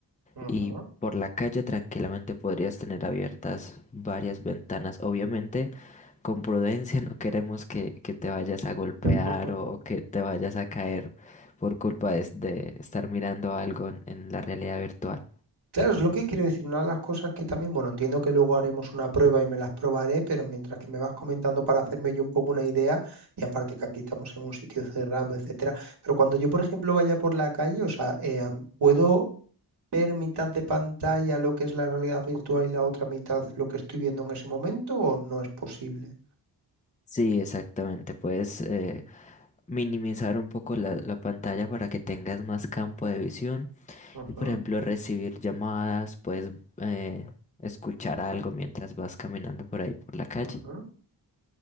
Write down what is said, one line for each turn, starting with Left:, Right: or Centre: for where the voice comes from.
Right: Ujú.
Left: Y por la calle tranquilamente podrías tener abiertas varias ventanas. Obviamente, con prudencia, <laughs> no queremos que, que te vayas a golpear
Right: <laughs>
Left: o, o que te vayas a caer por culpa de, de estar mirando algo en, en la realidad virtual.
Right: Claro, es lo que quiero decir. Una de las cosas que también, bueno, entiendo que luego haremos una prueba y me las probaré, pero mientras que me vas comentando para hacerme yo un poco una idea, y aparte que aquí estamos en un sitio cerrado, etcétera, pero cuando yo, por ejemplo, vaya por la calle, o sea, eh, am, ¿puedo ver mitad de pantalla lo que es la realidad virtual y la otra mitad lo que estoy viendo en ese momento o no es posible?
Left: Sí, exactamente. Puedes eh, minimizar un poco la, la pantalla para que tengas más campo de visión
Right: Ujú,
Left: y por ejemplo recibir llamadas, puedes eh, escuchar algo mientras vas caminando por ahí por la calle.
Right: ujú,